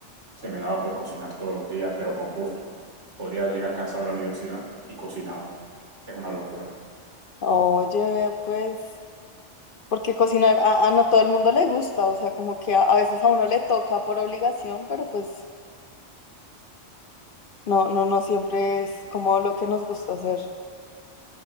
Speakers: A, on the right; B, on the left.
A: se me daba por cocinar todos los días, pero con gusto. Podría llegar cansado a la universidad y cocinaba. Es una locura.
B: Oye, vea, pues, porque cocinar a, a no todo el mundo le gusta, o sea, como que a, a veces a uno le toca por obligación, pero pues no, no, no siempre es como lo que nos gusta hacer.